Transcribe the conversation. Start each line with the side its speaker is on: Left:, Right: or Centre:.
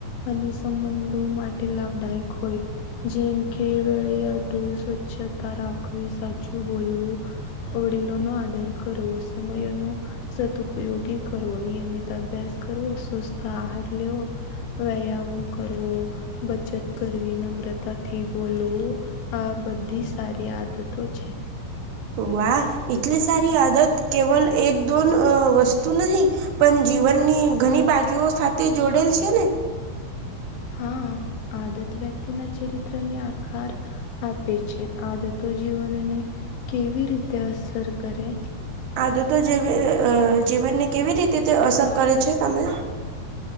Left: અને સંબંધો માટે લાભદાયક હોય. જેમ કે વળી સ્વચ્છતા રાખવી, સાચું બોલવું વડીલો નો આદર કરવો સમયનો સદુપયોગી કરવો, નિયમિત અભ્યાસ કરવો, સ્વસ્થ આહાર લેવો વ્યાયામ કરવો, બચત કરવી, નમ્રતાથી બોલવું આ બધી સારી આદતો છે.
Right: વાહ! ! એટલે સારી આદત કેવલ એક દોન વસ્તુ નહી પણ જીવનની ઘણી બાજુઓ સાથે જોડેલ છે ને
Left: હા આદત વ્યક્તિના ચરિત્રની આકાર આપે છે. આદતો જીવનને કેવી રીતે અસર કરે?
Right: આદતો જેવી જીવનને કેવી રીતે તે અસર કરે છે તમે